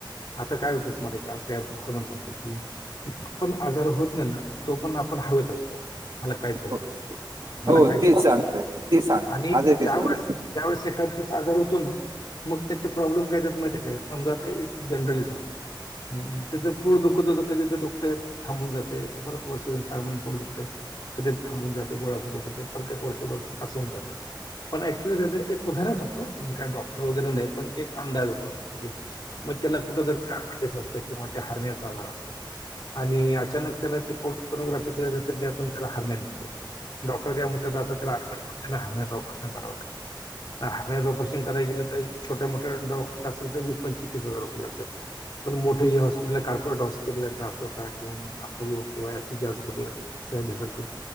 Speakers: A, on the left (about 60°); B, on the right (about 65°).
A: आता काय होते तुम्हाला का ते तुमचं म्हणणं सांगतो की पण आजार होत नाही ना तो पण आपण हवेत असतो. मला कायच होत
B: हो
A: नाही, मला
B: हो,
A: कायच
B: तेच सांगतोय मी ते सांग
A: आणि
B: माझं तेच
A: ज्या
B: म्हणायचं
A: वळेस ज्यावेळेस एखादा प्रस आजार होतो ना, मग त्याचे प्रॉब्लेम काय होतात माहिती आहे का जातंय जनरली सांगतो हम्म त्याच पोट दुखत होत कधी दुखतंय थांबून जातेय, परत वर्ष साहा महीने पोट दुख ते कधी थांबून जाते गोळ्या औषध प्रत्येक वर्षभरातून अस होऊन जातंय. पण ऍक्च्युली त्याच एक उदाहरण सांगतो मी काय डॉक्टर वगैरे नाही, पण एक अंदाज बाबा मग त्याला कुठ तर अपेंडिक्स असते किंवा त्या हर्नियाचा आजार असतो. आणि अचानक त्याला ते पोटोनोग्राफी केल्या जाते, त्यातून त्याला हर्निया निघतो. डॉक्टर काय म्हणतात आता तेला ॲडमीट करून त्याला हर्नियाचं ऑपरेशन कराव लागेल. हर्नियाच ऑपरेशन कराय गेलं तर छोट्या मोठ्या दवाखान्यात असेल, तर वीस पंचवीस तीस हजार रुपये लागत्यात. पण मोठे जे हॉस्पिटल आहे कॉर्पोरे हॉस्पिटल आहेत अशोका किंवा अपोलोिंवासी असे जे हॉस्पिटल आहेत. <unintelligible> सारखे